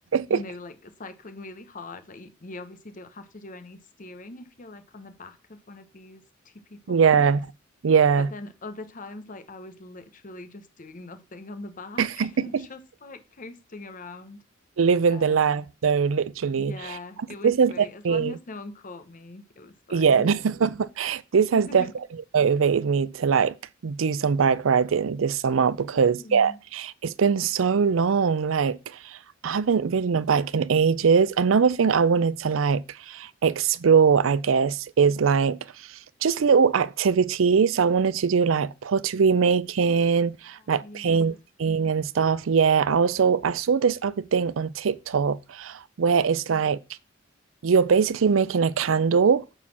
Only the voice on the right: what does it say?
<laughs>
Yeah,
yeah.
<laughs>
Living
the life though, literally.
This
has definitely
yeah, <laughs> this
has definitely motivated me to like do some bike riding this summer because
yeah, it's been so long. Like, I haven't ridden a bike in ages. Another thing I wanted to like explore, I guess, is like just little activities. So I wanted to do like pottery making,
like
painting and stuff. Yeah, I also I saw this other thing on TikTok where it's
like you're basically making a candle,